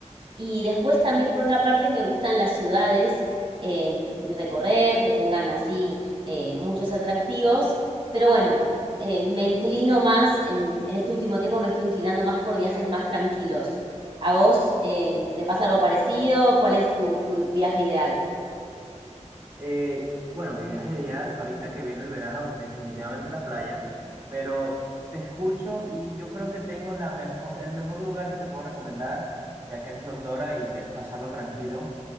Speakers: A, on the right; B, on the right.
A: Y después también, por otra parte, me gustan las ciudades eh, y recorrer, que tengan así eh, muchos atractivos. Pero bueno, eh, me inclino más, en, en este último tiempo me estoy inclinando más por viajes más tranquilos. ¿A vos eh, te pasa algo parecido? ¿Cuál es tu, tu viaje ideal?
B: Eh, bueno, mi viaje ideal, ahorita que viene el verano, es definitivamente la playa, pero te escucho y yo creo que tengo la mejor, el mejor lugar que te puedo recomendar, ya que eres doctora y quieres pasarlo tranquilo.